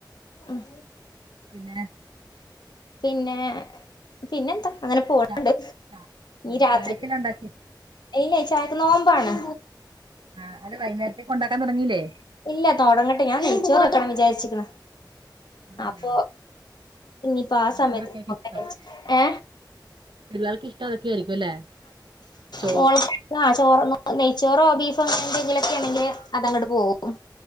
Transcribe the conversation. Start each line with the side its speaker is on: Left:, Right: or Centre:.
Left: ഉം
Right: പിന്നെ
Left: പിന്നെ പിന്നെന്താ അങ്ങനെ പോണണ്ട്
Right: ച ച
Left: രാത്രി
Right: ചായക്കെല്ലാം ഉണ്ടാക്കി
Left: ഇല്ലേ ച നോമ്പാണ്
Right: ആ അത് വൈകുന്നേരത്തേ കൊണ്ടാക്കാൻ തുടങ്ങിയില്ലേ
Left: ഇല്ല തൊടങ്ങട്ടെ ഞാൻ നെയിച്ചോർ വെക്കണം വിചാരിച്ചിക്കണ്
Right: ആഹ്
Left: അപ്പൊ ഇനിയിപ്പോ ആ
Right: നെയ്ച്ചോറൊക്കെ
Left: സമയത്ത് നോക്ക
Right: ആയിരിക്കും ഇഷ്ടം
Left: വിചാരിച്ച് ഏ
Right: പിള്ളേർക്ക് ഇഷ്ടം അതൊക്കെ ആയിരിക്കും അല്ലേ ചോറ്
Left: മോൾകാ ചോറോ നെയ്ചോറോ ബീഫോ അങ്ങനെ എന്തെങ്കിലൊക്കെ ആണെങ്കി അത് അങ്ങോട്ട് പോകും